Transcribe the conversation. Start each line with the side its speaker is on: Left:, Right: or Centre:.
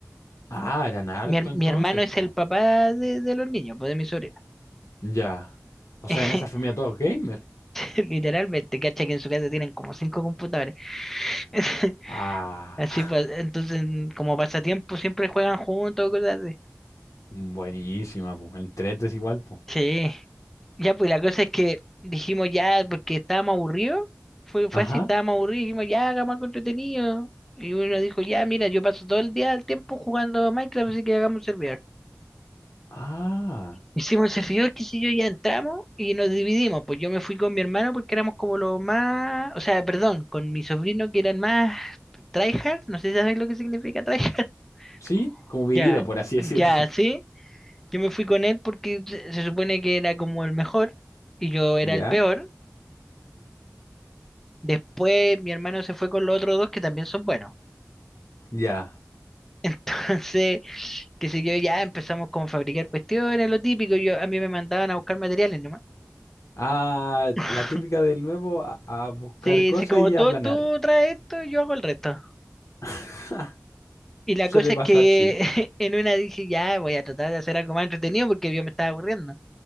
Left: Ah, eran harto
Centre: Mi, her-
Left: entonces,
Centre: mi hermano es
Left: po.
Centre: el papá de, de los niños, pues de mi sobrino.
Left: Ya. O sea,
Centre: <laughs>
Left: en esa familia todos gamer.
Centre: Literalmente, cacha que en su casa tienen como cinco computadores. <laughs>
Left: Ah,
Centre: Así pues, entonces como pasatiempo siempre juegan juntos, cosas así.
Left: <laughs> buenísima, pues En tres es igual, po.
Centre: Sí. Ya, pues la cosa es que dijimos ya, porque estábamos aburridos, fue,
Left: Ajá.
Centre: fue así, estábamos aburridos, dijimos ya, hagamos algo entretenido. Y uno dijo, ya, mira, yo paso todo el día el tiempo jugando Minecraft, así que hagamos un servidor.
Left: Ah.
Centre: Hicimos el servidor, qué sé yo, ya entramos y nos dividimos. Pues yo me fui con mi hermano porque éramos como los más, o sea, perdón, con mi sobrino que eran más tryhard, no sé si sabéis lo que significa tryhard. <laughs>
Left: Sí, como vivido,
Centre: Ya,
Left: por así decir.
Centre: ya,
Left: <laughs>
Centre: sí. Yo me fui con él porque se se supone que era como el mejor y yo era
Left: ¿Ya?
Centre: el peor. Después mi hermano se fue con los otros dos que también son buenos.
Left: Ya.
Centre: <laughs> Entonces, que sé yo, ya empezamos como a fabricar cuestiones, lo típico. Yo, a mí me mandaban a buscar materiales nomás.
Left: Ah,
Centre: <laughs>
Left: la típica del nuevo a, a buscar
Centre: Sí,
Left: cosas
Centre: sí, como
Left: y
Centre: tú,
Left: a planear.
Centre: tú traes esto, yo hago el resto.
Left: <laughs>
Centre: Y la
Left: Suele
Centre: cosa
Left: pasar,
Centre: es que
Left: sí.
Centre: <laughs> en una dije, ya voy a tratar de hacer algo más entretenido porque yo me estaba aburriendo.